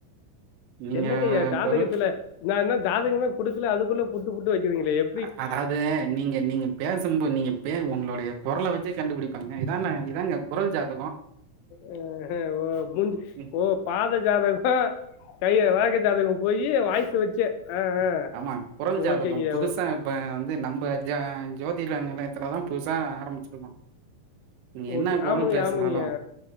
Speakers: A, on the right; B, on the left.
A: நீங்க
B: என்னங்கையா ஜாதகத்துல
A: ஒரு
B: நா இன்னு ஜாதகமே குடுக்கல அதுக்குள்ள புட்டு புட்டு வக்கிறீங்களே எப்
A: அ அதாவது நீங்க நீங்க பேசும்போத் நீங்க உங்களோடைய கொரல வச்சே கண்டுபுடிப்பேங்க இதாங்க இதாங்க குரல் ஜாத
B: ஹ ஹ ஓ பூந்
A: ம்
B: ஓப் பாத ஜாதக கைய ரேக ஜாதக போய் வாய்ஸ வச்சே ஆ ஆ
A: ஆமாங்க கொரல் ஜாதகம்
B: ஓகேங்கய்யா
A: புதுசா இப்ப வந்து நம்ம ஜ ஜோதில நிலையத்துலதா புதுசா ஆரம்பிச்சிருக்கோ நீ என்ன
B: ஓகே
A: கொரல்
B: ஆமாங்கய்யா
A: பேசுனாலு
B: ஆமாங்கய்யா